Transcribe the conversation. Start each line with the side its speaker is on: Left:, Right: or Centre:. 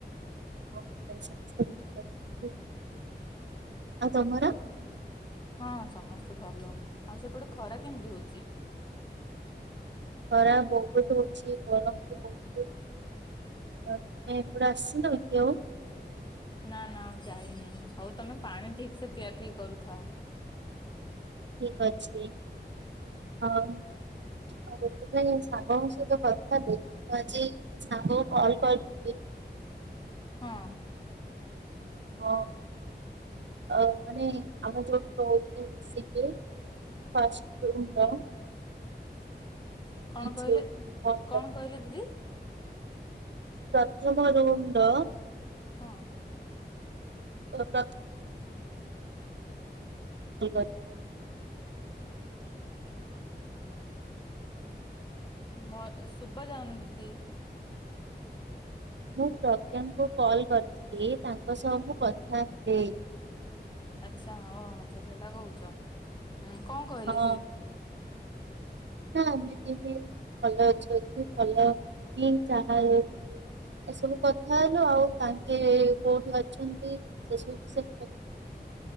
Right: ହଁ, ଭୁଲ ଅଛନ୍ତି ସମସ୍ତେ ଭଲ ଅଛନ୍ତି ଆଉ ତମର <unintelligible>
Left: ହଁ, ସମସ୍ତେ ଭଲ ଆଉ ସେପଟେ ଖରା କେମିତି ହଉଛି।
Right: ଖରା ବହୁତ୍ ହଉଛି, ଗରମ ବି ବହୁତ୍ ଆଉ ତୁମେ ଏପଟେ ଆସିନ କି ଆଉ। <unintelligible>
Left: ନା ନା ଆଉ ଯାଇନି, ହଉ ତମେ ପାଣି ଠିକ ସେ ପିଆ ପିଇ କରୁଥାଅ।
Right: ଠିକ ଅଛି ହଉ। ଆଉ ତୁମେ ସାଙ୍ଗଙ୍କ ସହିତ କଥା ହେଲି। ଆଜି ସାଙ୍ଗ କୁ କଲ୍ କରି
Left: ହଁ
Right: ହଁ! ଆଉ ମାନେ ଆମେ ଯୋଉଠୁ ରହୁଥିଲେ ସେ କିଏ? ଫାଷ୍ଟ କୋଉଟା।
Left: କଣ କହିଲେ
Right: ଯୋଉ କଣ
Left: ଉ
Right: କର
Left: କଣ କହିଲେ ଦିଦି?
Right: ପ୍ରଥମ ରୁମ୍ ର
Left: ହଁ!
Right: <inaudible> ଠିକ୍ ଅଛି।
Left: ଭଲ ଶୁଭା ଯାଉନି ଦିଦି।
Right: ମୁଁ ପ୍ରଜ୍ଞାଙ୍କୁ କଲ୍ କରିଥିଲି। ତାଙ୍କ ସହ ମୁଁ କଥା ହେ
Left: ଆଚ୍ଛା ହଉ ହଉ ସେଇଟା କହୁଛ। ଉଁ କଣ କହିଲେ
Right: ହଁ
Left: ସେ
Right: ନା ଏମିତି ହିଁ ଭଲ ଅଛ କି ଭଲ ହିଁ ଯହ <unintelligible> ଏସବୁ କଥା ହେଲୁ। ଆଉ ତାଙ୍କେ କୋଉଠି ଅଛନ୍ତି, ସେ ସବୁ ବିଷୟରେ ପ